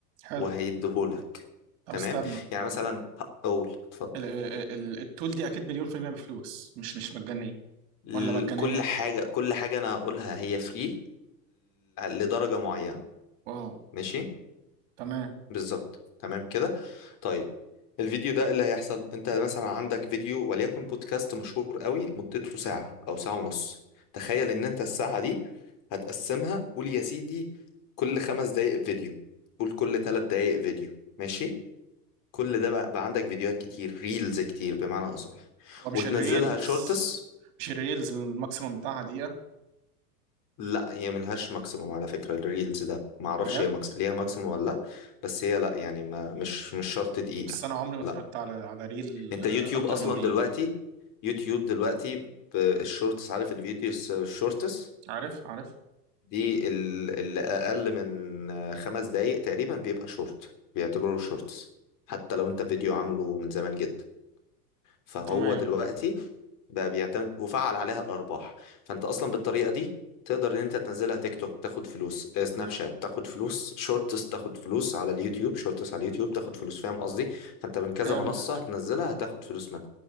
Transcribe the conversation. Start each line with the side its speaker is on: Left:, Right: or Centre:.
Right: حلو
Left: وهيديهولك
Right: طب
Left: تمام
Right: استنى
Left: يعني مثلا هقول اتفضل
Right: ال- ال- ال- التول دي اكيد مليون في المية بفلوس مش مش مجانيه
Left: ال-
Right: ولا مجانيه
Left: كل حاجة كل حاجة انا هقولها هي فري لدرجة معينة
Right: واو
Left: ماشي
Right: تمام
Left: بالظبط تمام كده طيب الفيديو ده إيه اللي هيحصل انت مثلا عندك فيديو وليكن بودكاست مشهور قوي مدته ساعة او ساعة ونص تخيل ان انت الساعة دي هتقسمها قول يا سيدي كل خمس دقايق فيديو قول كل ثلاث دقايق فيديو ماشي كل ده بقى, بقى عندك فيديوهات كتير ريلز كتير بمعنى اصح
Right: هو مش
Left: وتنزلها
Right: الريلز
Left: شورتس
Right: مش الريلز الماكسيمم بتاعها دقيقة
Left: لا هي ملهاش ماكسيموم على فكرة الريلز ده معرفش
Right: بجد
Left: هي مكس... ليها ماكسيموم ولا لا بس هي لا يعني ما مش مش شرط دقيقة
Right: بس أنا عمري ما
Left: لا
Right: اتفرجت على على ريل
Left: انت
Right: آه،
Left: يوتيوب
Right: أكتر
Left: اصلا
Right: من دقيقة
Left: دلوقتي يوتيوب دلوقتي بالشورتس عارف الفيديوز الشورتس
Right: عارف عارف
Left: دي ال- اللي اقل من خمس دقايق تقريبا بيبقى شورت بيعتبروه شورتس حتى لو انت فيديو عامله من زمان جدا فهو
Right: تمام
Left: دلوقتي بقى بيعتمد وفعل عليها الارباح فانت اصلا بالطريقه دي تقدر ان انت تنزلها تيك توك تاخد فلوس آه، سناب شات تاخد فلوس شورتس تاخد فلوس على اليوتيوب شورتس على اليوتيوب تاخد فلوس فاهم قصدي فانت من كذا
Right: فهمت
Left: منصه هتنزلها هتاخد فلوس منها